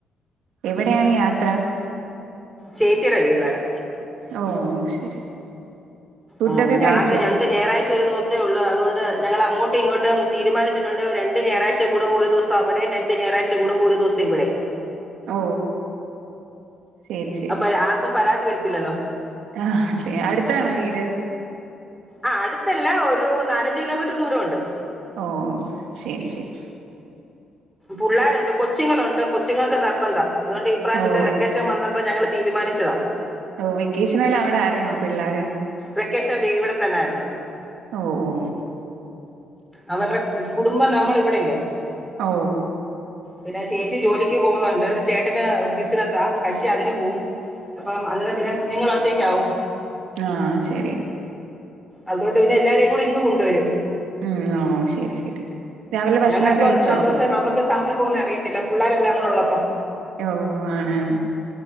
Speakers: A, on the right (about 85°); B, in the centre.
A: എവിടെയാണ് യാത്ര
B: ചേച്ചിടെ വീട് വരെ
A: ഓ ശരി ഫുഡൊക്കെ
B: ഉം ഞാകെ
A: കഴിച്ചോ
B: ഞങ്ങക്ക് ഞായറാഴ്ച ഒരു ദിവസേ ഒള്ള് അതുകൊണ്ട് ഞങ്ങൾ അങ്ങോട്ടും ഇങ്ങോട്ടും തീരുമാനിച്ചിട്ടുണ്ട് രണ്ട് ഞായറാഴ്ച കൂടുമ്പോ ഒരു ദിവസം അവിടെയും. രണ്ട് ഞായാഴ്ച കൂടുമ്പോ ഒരു ദിവസം ഇവിടെയും.
A: ഓ ശരി
B: അ പര ആർക്കും പരാതി വര ത്തില്ലല്ലോ.
A: ആ അതെ അടുത്താണോ വീട്?
B: ആ അടുത്തല്ല ഒരു നാലഞ്ച് കിലോമീറ്റർ ദൂരം ഒണ്ട്.
A: ഓ ശരി ശരി.
B: പുള്ളാരുണ്ട് കൊച്ചുങ്ങളുണ്ട് കൊച്ചുങ്ങക്ക് നിർബന്ധം അതുകൊണ്ട് ഈ പ്രാവശ്യത്തെ
A: ഓ
B: വെക്കേഷൻ വന്നപ്പോ ഞങ്ങള് തീരുമാനിച്ചതാ
A: ഓ വെക്കേഷനെല്ലാം അവിടെ ആരുന്നോ പിള്ളാര്.
B: വെക്കേഷൻ ഇവിടെ തന്നാരുന്നു
A: ഓ ഓ
B: അവരുടെ കുടുംബം നമ്മൾ ഇവിടല്ലേ
A: ഓ
B: പിന്നെ ചേച്ചി ജോലിക്ക് പോണുണ്ട് ചേട്ടന് ബിസ്സനസ്സാ കക്ഷി അതിന് പോവും അപ്പം അന്നേരം പിന്നെ കുഞ്ഞുങ്ങൾ ഒറ്റക്ക് ആകും
A: ആ ശരി
B: അതുകൊണ്ട് പിന്നെ എല്ലാരേയും കൂടി ഇങ്ങ് കൊണ്ടുവരും
A: ഉം ഓ ശരി ശരി രാവിലെ ഭക്ഷണൊക്കെ
B: ഞങ്ങൾക്കും
A: കഴിച്ചോ
B: അത് സന്തോഷം നമുക്ക് സമയം പോകുന്ന അറിയത്തില്ല പുള്ളാരെല്ലാരും കൂടുള്ളപ്പം
A: ഓ ആണ് ആണ്